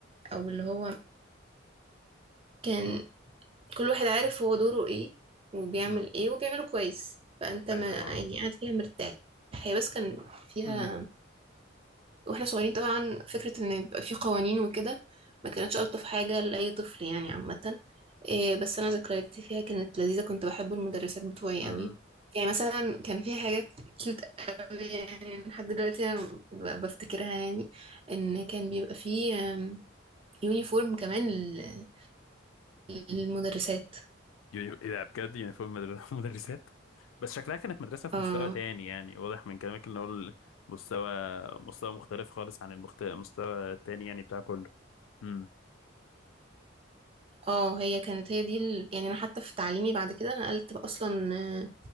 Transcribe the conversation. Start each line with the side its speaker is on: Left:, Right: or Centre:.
Right: او اللي هو كان
Left: امم
Right: كل واحد عارف هو دوره ايه وبيعمل
Left: امم
Right: ايه وبيعمله كويس فانت
Left: فاهم
Right: ما
Left: اه
Right: يعني قاعد فيها مرتاح هي بس كان فيها
Left: امم
Right: واحنا صغيرين طبعا فكرة ان يبقى في قوانين وكده ما كانتش الطف حاجة لأي طفل يعني عامة إيه بس انا ذكرياتي فيها كانت لذيذة كنت بحب المدرسات بتوعي
Left: امم
Right: قوي يعني مثلا كان في حاجة كيوت قوي يعني لحد دلوقتي انا ب- بفتكرها يعني ان كان بيبقى في آم، يونيفورم كمان لل- للمدرسات
Left: يوني... ايه ده بجد يونيفورم مدر- <laughs> مدرسات بس شكلها كانت مدرسة في
Right: اه
Left: مستوى تاني يعني واضح من كلامك ان هو مستوى مستوى مختلف خالص عن المخت... المستوى التاني يعني بتاع كله امم
Right: اه هي كانت هي دي ال... يعني انا حتى في تعليمي بعد كده نقلت بقى اصلا آه،